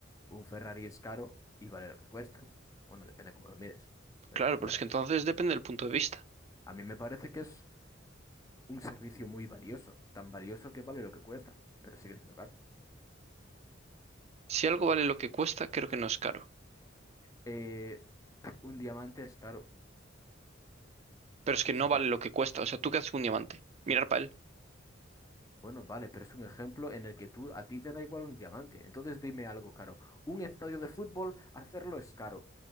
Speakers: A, on the left; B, on the right.
A: Un Ferrari es caro y vale lo que cuesta. Bueno, depende cómo lo mires. Me
B: Claro,
A: ref- me
B: pero es
A: refiero.
B: que entonces depende del punto de vista.
A: A mí me parece que es un servicio muy valioso, tan valioso que vale lo que cuesta, pero sigue siendo caro.
B: Si algo vale lo que cuesta, creo que no es caro.
A: Eh, <clears throat> un diamante es caro
B: Pero es
A: y
B: que no
A: si,
B: vale lo que cuesta. O sea, ¿tú qué haces con un diamante? Mirar para él.
A: Bueno, vale, pero es un ejemplo en el que tú a ti te da igual un diamante. Entonces dime algo caro. Un estadio de fútbol, hacerlo es caro.